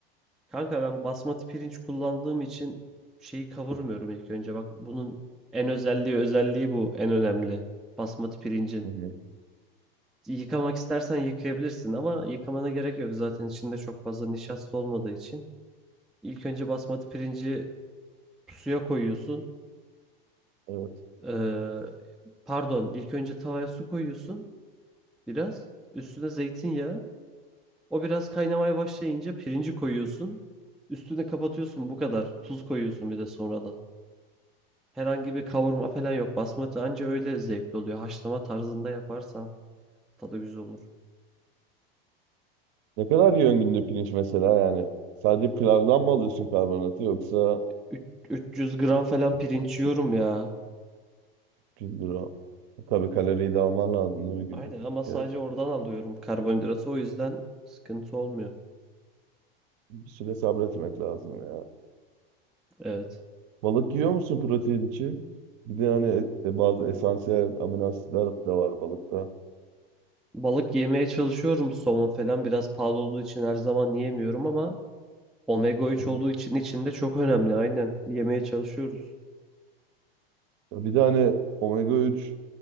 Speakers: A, in the centre; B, on the right.
A: Kanka ben basmati pirinç kullandığım için şeyi kavurmuyorum ilk önce. Bak bunun en özelliği özelliği bu. En önemli. Basmati pirincin.
B: Hı hı.
A: Yıkamak istersen yıkayabilirsin ama yıkamana gerek yok. Zaten içinde çok fazla nişasta olmadığı için. İlk önce basmati pirinci suya koyuyorsun.
B: Evet.
A: Ee, pardon, ilk önce tavaya su koyuyorsun biraz. Üstüne zeytinyağı. O biraz kaynamaya başlayınca pirinci koyuyorsun. Üstüne kapatıyorsun bu kadar. Tuz koyuyorsun bir de sonradan. Herhangi bir kavurma falan yok. Basmati anca öyle zevkli oluyor. Haşlama tarzında yaparsan tadı güzel olur.
B: Ne kadar yiyorsun günde pirinç mesela yani? Sadece pilavdan mı alıyorsun karbonatı yoksa
A: Üç- 300 gram falan pirinç yiyorum ya.
B: 300 gram? Tabii kaloriyi de alman lazım değil mi günlük?
A: Aynen ama sadece
B: Yani
A: oradan alıyorum karbonhidratı. O yüzden sıkıntı olmuyor.
B: bir süre sabretmek lazım ya.
A: Evet.
B: Balık yiyor musun protein için? Bir de hani e, e, bazı esansiyel amino asitler de var balıkta.
A: Balık yemeye çalışıyorum. Somon falan biraz pahalı olduğu için her zaman yiyemiyorum ama omega 3
B: Aha.
A: olduğu için içinde çok önemli. Aynen. Yemeye çalışıyoruz.
B: Bir de hani omega 3